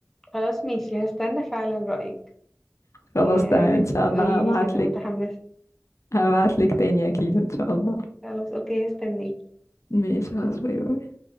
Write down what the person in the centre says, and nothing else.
خلاص ماشي هستنى فعلا رايك
يعني عايزاكي
تقولي
لي كده
متحمسه
خلاص اوكي هستناك